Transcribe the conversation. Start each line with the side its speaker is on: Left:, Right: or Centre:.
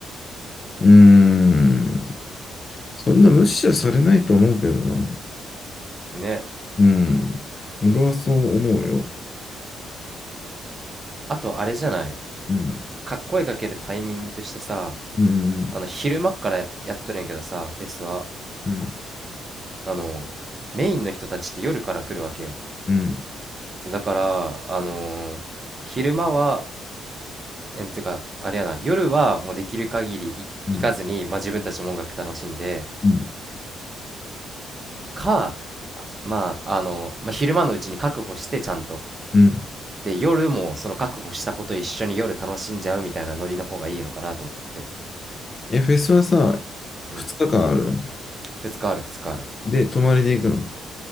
Left: うーんそんな無視はされないと思うけどな。
Right: ね
Left: うん。俺はそう思うよ。
Right: あとあれじゃない
Left: うん。
Right: か声かけるタイミングとしてさ
Left: うん。
Right: あの昼間っからや、やっとるんやけどさフェスは
Left: うん。
Right: あのメインの人たちって夜から来るわけよ
Left: うん。
Right: そうだからあのー昼間はえんてかあれやな夜はもうできる限りい行かずに、
Left: うん。
Right: まあ、自分たちも音楽楽しんで
Left: うん。
Right: かあまああの、まあ、昼間のうちに確保してちゃんと
Left: うん
Right: で夜もその確保したこと一緒に夜楽しんじゃうみたいなノリの方がいいのかなと思っとって
Left: え、フェスはさ、
Right: うん
Left: 2日間あるの
Right: 2日ある2日ある
Left: で、泊まりで行くの